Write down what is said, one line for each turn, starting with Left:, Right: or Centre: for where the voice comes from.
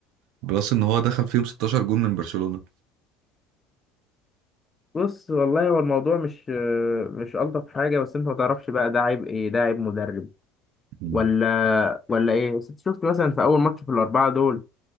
Right: بلس ان هو دخل فيهم 16 جون من برشلونه
Left: بص والله هو الموضوع مش مش الطف حاجة بس انت ما تعرفش بقى ده عيب ايه ده عيب مدرب
Right: مم.
Left: ولا ولا ايه بس انت شفت مثلا في اول ماتش في الاربعة دول